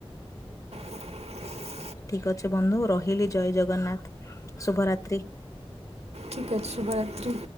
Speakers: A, on the right; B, on the left.
A: <inaudible>
B: ଠିକ ଅଛି ବନ୍ଧୁ ରହିଲି ଜୟ ଜଗନ୍ନାଥ ଶୁଭରାତ୍ରି।
A: ଠିକ୍ ଅଛି ଶୁଭରାତ୍ରି।